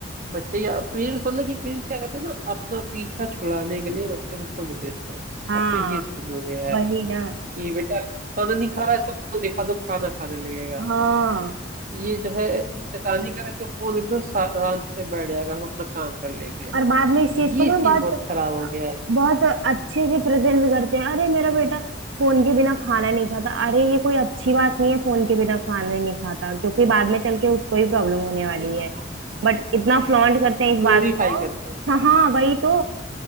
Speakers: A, on the right; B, on the right.
A: बच्चे या पेरेंट्स मतलब कि पेरेंट्स क्या करते हैं ना अपना पीछा छुड़ाने के लिए बच्चे को फोन दे देते हैं
B: हाँ
A: अब तो ये सीन हो गया है
B: वही ना
A: कि बेटा खाना नहीं खा रहा इसको फोन दिखा दो खाना खाने लगेगा
B: हाँ
A: ये जो है शैतानी कर रहा है, इसको फोन दे दो शा- आराम से बैठ जाएगा हम अपना काम कर लेंगे
B: और बाद में इस चीज
A: ये
B: को ना
A: चीज
B: बहुत
A: बहुत खराब हो गया है
B: बहुत अच्छे से प्रेजेंट भी करते हैं अरे मेरा बेटा फोन के बिना खाना नहीं खाता अरे ये कोई अच्छी बात नहीं है फोन के बिना खाना ही नहीं खाता क्योंकि बाद में चल के उसको ही प्रॉब्लम होने वाली
A: नहीं
B: है
A: उसको
B: बट इतना फ्लॉन्ट करते
A: उसको
B: हैं इस
A: ग्लोरीफाई
B: बात को
A: करते हैं
B: हाँ हाँ वही तो